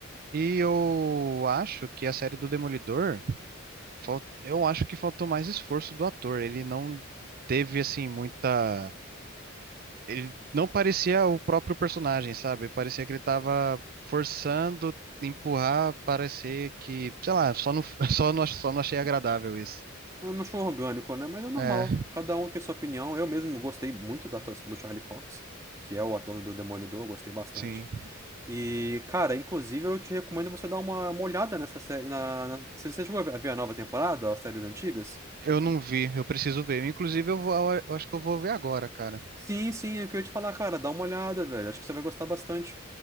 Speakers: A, on the right; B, on the right.
A: E eu acho que a série do Demolidor, fal- eu acho que faltou mais esforço do ator. Ele não teve assim muita, ele não parecia o próprio personagem, sabe? Parecia que ele tava forçando empurrar, parecer que, sei lá, só não, <laughs> só não, só não achei agradável isso.
B: Eu não sou orgânico, né? Mas é normal.
A: É,
B: Cada um tem sua opinião. Eu mesmo gostei muito da atuação do Charlie Cox, que é o ator do Demolidor, eu gostei bastante.
A: sim.
B: E, cara, inclusive eu te recomendo você dar uma, uma olhada nessa série. Na, na- Você você chegou a ver a nova temporada, as séries antigas?
A: Eu não vi, eu preciso ver. Inclusive, eu vou, eu acho que eu vou ver agora, cara.
B: Sim, sim, é o que eu ia te falar, cara. Dá uma olhada, velho. Acho que você vai gostar bastante.